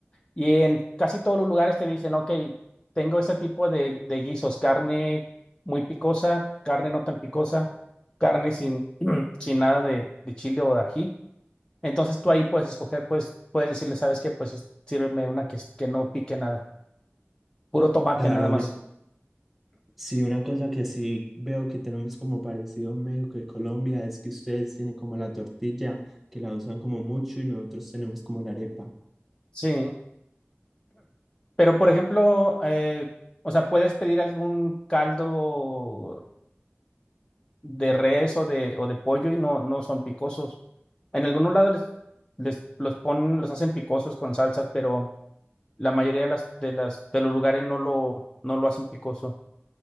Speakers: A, on the left; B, in the centre.
A: Y en casi todos los lugares te dicen, ok, tengo este tipo de, de guisos, carne muy picosa, carne no tan picosa, carne sin, <clears throat> sin nada de, de chile o de ají. Entonces tú ahí puedes escoger, pues puedes decirle, ¿sabes qué? Pues es- sírveme una que, que no pique nada, puro tomate
B: Claro,
A: nada más.
B: una, sí, una cosa que sí veo que tenemos como parecido en México y Colombia es que ustedes tienen como la tortilla, que la usan como mucho, y nosotros tenemos como la arepa.
A: Sí, pero por ejemplo, eh, o sea, puedes pedir algún caldo de res o de, o de pollo y no, no son picosos. En algunos lados les, les- los ponen, los hacen picosos con salsas, pero la mayoría de las, de las, de los lugares no lo, no lo hacen picoso.